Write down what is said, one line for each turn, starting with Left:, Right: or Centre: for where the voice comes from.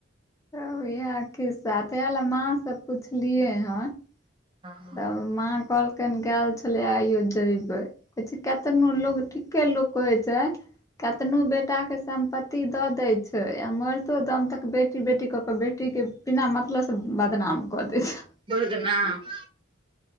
Left: तब यैंह खिस्सा तेया ला माँ स पुछलियए हन।
Right: आ हं
Left: तब माँ कहलकैन गैल छलै आइयो जयबै। कहै छै केंतनो लोग ठीके लोक कहै छै। कतनो बेटाके सम्पत्ती दऽ दै छै, आ मैयरतो दम तक बेटी बेटी कऽ-कऽ बेटीके बिना मतलब स बदनाम कऽ दै छै।
Right: बहुद न <unintelligible>